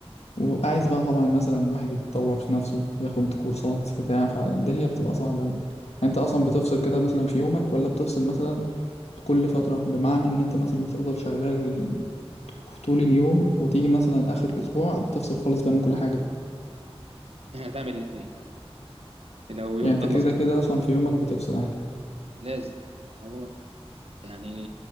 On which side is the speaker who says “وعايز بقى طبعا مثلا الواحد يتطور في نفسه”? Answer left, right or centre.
Left